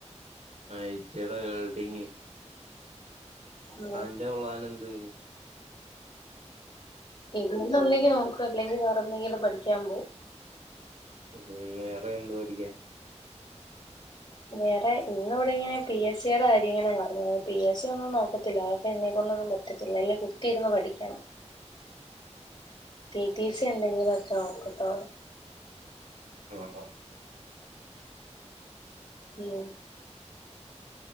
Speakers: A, on the right; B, on the left.
A: ഐ റ്റിയേടെ വെൽഡിംഗ്
B: ഉം
A: തൻ്റെ പ്ലാനെന്തുവേനി
B: ഇതിന്നൊന്നങ്കി നോക്കും അല്ലെങ്കി വേറെന്തെങ്കിലും പഠിക്ക്യാ പോവും
A: ഉം വേറെയെന്ത് പഠിക്ക്യാൻ
B: വേറെ ഇന്ന് ഇവടെയിങ്ങനെ പി എസ് സിയേടെ കാര്യയിങ്ങനെ പറഞ്ഞു പി എസ് സി ഒന്നും നോക്കത്തില്ല അവൊക്കെ എന്നെക്കൊണ്ടൊന്നും പ റ്റത്തില്ല അല്ലേ കുത്തിയിരുന്ന് പഠിക്ക്യണം ടി ടി സി എന്തെങ്കിലൊക്കെ നോക്കത്തോള്ളു
A: ആഹ് ആഹ്
B: ഉം